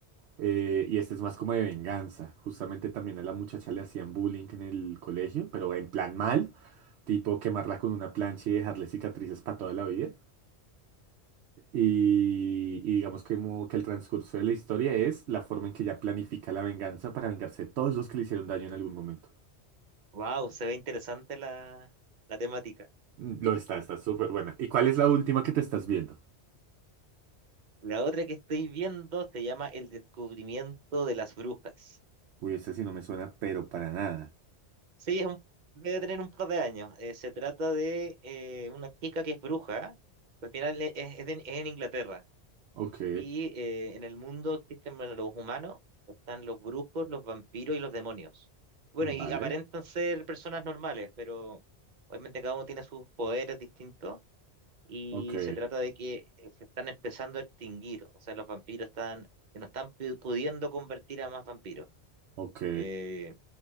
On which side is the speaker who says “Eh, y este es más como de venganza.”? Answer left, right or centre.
Right